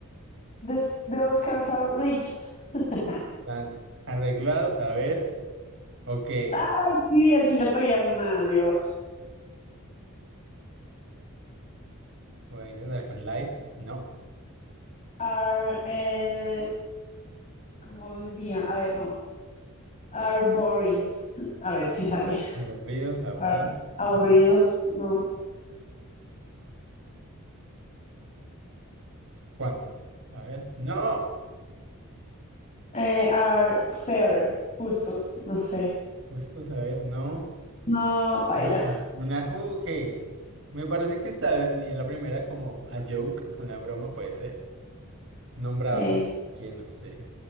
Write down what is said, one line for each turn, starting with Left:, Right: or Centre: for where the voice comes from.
Left: This- the Oscars are rigged. <laughs>
Right: Están arreglados, a ver. Ok.
Left: Ay, sí, al fin le pegué a una, Dios.
Right: Voy a intentar con live. No.
Left: Are, eh, ¿cómo diría? A ver, no. Are boring. A ver si sale.
Right: Aburridos, a ver.
Left: Are aburridos,
Right: Ujú.
Left: no.
Right: ¿Cuándo? A ver. No.
Left: Eh, are fair, justos, no sé.
Right: Justo a ver, no.
Left: No, paila.
Right: No. Una. Ok. Me parece que está bien la primera, como a joke, una broma, puede ser. Nombrados
Left: Sí.
Right: ¿eh? de quién, no sé.